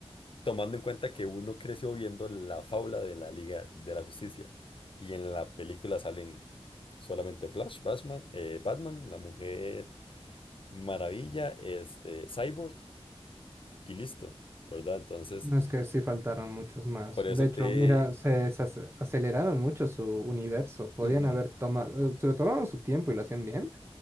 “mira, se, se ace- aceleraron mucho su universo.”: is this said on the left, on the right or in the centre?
Right